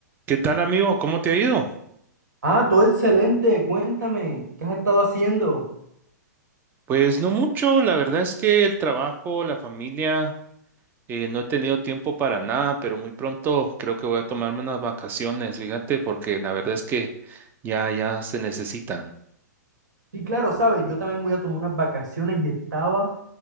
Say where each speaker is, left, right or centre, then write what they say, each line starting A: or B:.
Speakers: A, on the right (about 20°); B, on the right (about 70°).
A: ¿Qué tal, amigo? ¿Cómo te ha ido?
B: Ah, todo excelente. Cuéntame, ¿qué has estado haciendo?
A: Pues no mucho, la verdad es que el trabajo, la familia, eh, no he tenido tiempo para nada, pero muy pronto creo que voy a tomarme unas vacaciones, fíjate, porque la verdad es que ya, ya se necesitan.
B: Sí, claro, sabes, yo también voy a tomar unas vacaciones y estaba